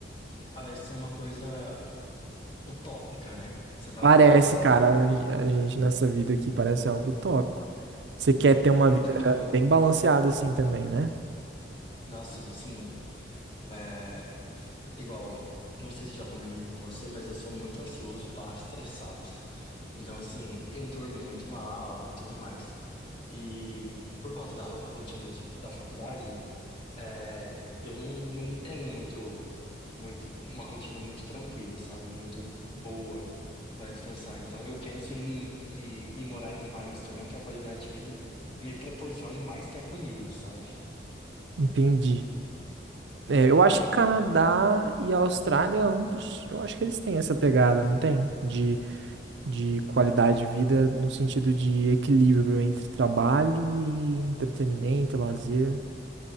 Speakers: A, on the left; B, on the right.
A: Parece ser uma coisa utópica, né? Se parar
B: Parece,
A: pra pensar.
B: cara, a gente nessa vida aqui parece algo utópico. Você quer ter uma
A: Não,
B: vida
A: total.
B: bem balanceada assim também, né?
A: Nossa, sim. É, igual, não sei se já comentei com você, mas eu sou muito ansioso barra estressado. Então, assim, eu durmo muito mal e tudo mais. E por conta da ro- rotina de- da faculdade, É, eu não, não tenho muito, muito, uma rotina muito tranquila, sabe? Muito boa para descansar. Então eu penso em, em, em morar em um país também que a qualidade de vida me proporcione mais tempo livre, sabe?
B: Entendi. É, eu acho que Canadá e Austrália, ambos, eu acho que eles têm essa pegada, não tem? De, de qualidade de vida no sentido de equilíbrio entre trabalho e entretenimento, lazer.